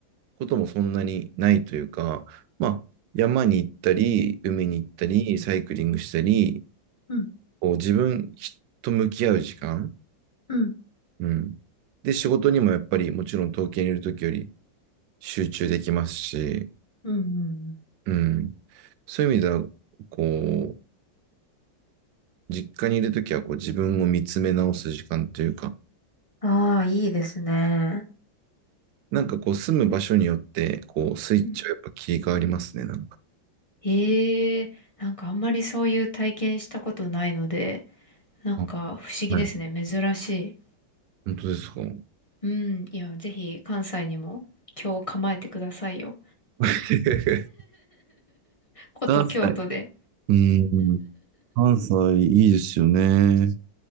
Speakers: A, on the right (about 80°); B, on the left (about 55°).
A: こともそんなにないというか、まあ、山に行ったり、海に行ったり、サイクリングしたり、
B: うん、
A: こう自分と向き合う時間、
B: うん、
A: うん。で、仕事にもやっぱりもちろん東京にいるときより集中できますし、
B: うんうん
A: うん。そういう意味では、こう、実家にいるときはこう自分を見つめ直す時間というか、
B: うん。ああ、いいですね。
A: なんかこう住む場所によって、こうスイッチはやっぱ切り替わりますね、
B: うん
A: なんか。
B: ええ、なんかあんまりそういう体験したことないので、なんか不思議ですね。
A: あはい。
B: 珍しい。
A: 本当ですか。
B: うん。いや、ぜひ関西にも今日構えてくださいよ。
A: <laughs>
B: 古都京都で。
A: 関西。<laughs> うーん。関西いいですよね。